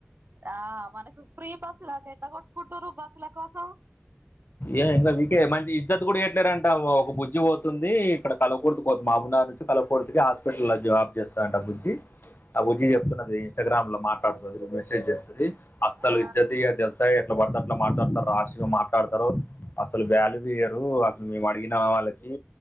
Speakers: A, on the right; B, on the left.
A: ఆ మనకు ఫ్రీ బస్సుల ఎట్లా కొట్టుకుంటురు బస్సుల కోసం
B: ఏ ఇంకా వీకే మంచి ఇజ్జత్ కూడా ఇయట్లేరంట ఒక బుజ్జి పోతుంది ఇక్కడ పాలకూర్తి పోతుంది మహబూబ్ నగర్ నుంచి పాలకుర్తికి హాస్పిటల్లో లో జాబ్ చేస్తారంట బుజ్జి ఆ బుజ్జి చెప్తున్నది ఇన్స్టాగ్రామ్ లో మాట్లాడుతుంది మెసేజ్ చేస్తాది అస్సలు
A: ఆ
B: ఇజ్జత్ ఇయదు యి ఎట్లా పడితే అట్లా మాట్లాడతారు రాష్ గా మాట్లాడతారు అసలు వాల్యూ ఈయరు అ మేము అడిగినా వాళ్ళకి